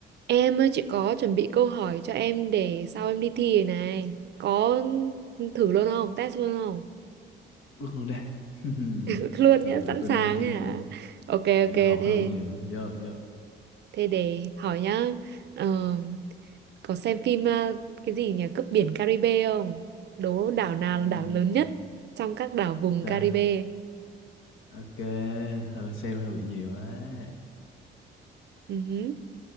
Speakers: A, on the right (about 60°); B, on the left (about 80°).
A: Em ơi, chị có chuẩn bị câu hỏi cho em để sau em đi thi rồi này. Có thử luôn không? Test luôn không?
B: Quất luôn đây. <laughs>
A: <laughs> luôn
B: hơi
A: nhá,
B: tự
A: sẵn
B: tin
A: sàng
B: nha.
A: ấy hả? Ok ok
B: Bữa giờ
A: thế
B: học hơi bị nhiều. Giờ giờ.
A: thế để hỏi nhá. Ờ, có xem phim ờ, cái gì nhỉ? Cướp biển Caribe không? Đố đảo nào
B: Ừm,
A: là đảo lớn nhất trong các đảo vùng
B: rồi.
A: Caribe?
B: Ok. Hơi xem hơi bị nhiều á.
A: Ừ hứ.